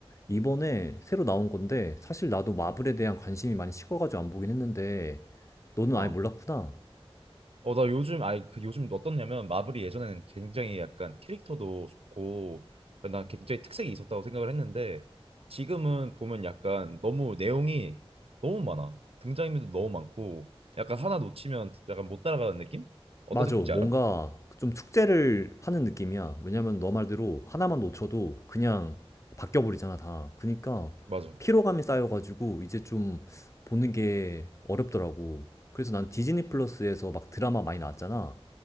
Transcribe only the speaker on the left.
이번에 새로 나온 건데, 사실 나도 마블에 대한 관심이 많이 식어가지고 안 보긴 했는데, 너는
아예 몰랐구나.
맞아.
뭔가
좀 축제를 하는 느낌이야. 왜냐면 너 말대로 하나만 놓쳐도 그냥 바뀌어 버리잖아, 다. 그니까
피로감이 쌓여가지고 이제 좀 보는 게 어렵더라고. 그래서 난 디즈니 플러스에서 막 드라마 많이 나왔잖아.